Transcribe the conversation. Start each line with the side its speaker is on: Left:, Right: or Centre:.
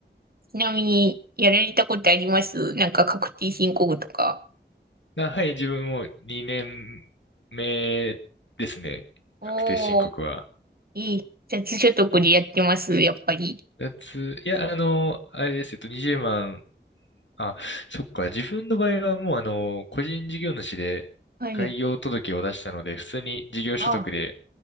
Right: ちなみに、やられたことありますなんか確定申告とか。
Left: あ、はい、自分も2年目ですね。
Right: おー、
Left: 確定申告は。
Right: いい。雑所得でやってます、やっぱり。
Left: やつ、いや、あの、あれです。えっと、20万あ、そっか。自分の場合はもうあの、個人事業主で開業届を出したので、
Right: はい。
Left: 普通に事業所得で
Right: あ、